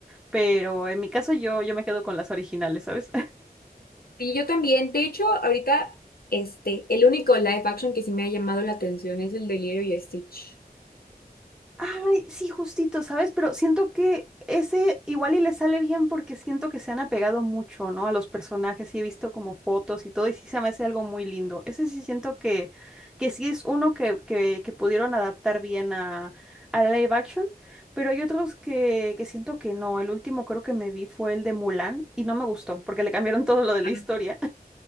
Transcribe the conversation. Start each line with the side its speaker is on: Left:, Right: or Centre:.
Centre: Pero en mi caso yo, yo me quedo con las originales, ¿sabes?
Left: Y yo también, de hecho, ahorita, este, el único live action que sí me ha llamado la atención es el de Lilo y Stitch.
Centre: Ay, sí, justito, ¿sabes? Pero siento que ese igual y le sale bien porque siento que se han apegado mucho, ¿no? A los personajes y he visto como fotos y todo y sí se me hace algo muy lindo. Ese sí siento que, que sí es uno que, que, que pudieron adaptar bien a, a live action, pero hay otros que, que siento que no. El último creo que me vi fue el de Mulan y no me gustó porque le cambiaron <laughs> todo lo de la
Left: Ah,
Centre: historia.